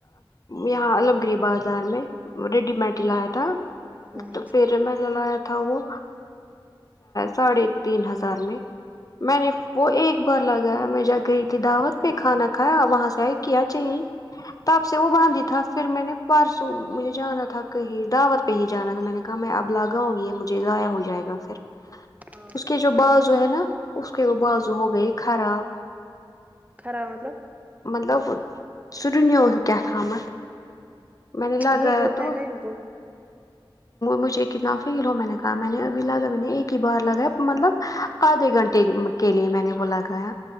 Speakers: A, on the left; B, on the right.
A: یہاں علم گری بازار میں ریڈی میڈلایا تھا تو
B: اچھا
A: پھر میں لایا تھا وہ ساڑھے تین ہزار میں میں نے وہ ایک بار لگایا میں جا گئی تھی دعوت پہ کھانا کھیا وہاں سے کیا چینج تپ سے وہ باندھی تھا پھر میں نے پرسو مجھے جانا تھاک ہی دعوت پہ ہی جا تھا م میں نے کہا میں اب لاگ گی مجھے ضائع ہو جائے گا پھر
B: ہوں
A: اس کے جو بازو ہے نا اس کے وہ بازو ہو گئے خراب
B: خراب مطلب
A: مطلب س رنیو ہو کیاتام میں نے لاگایا
B: یہی ہوتا
A: تو
B: ہے نا ان کو
A: مجھے کتنا فیل ہو میں نے کہا میں نے ابھی لگا میں نے ایک ہی بار لگایا مطلب آدھے گھنٹے کے لیے میں نے وہ لا گایا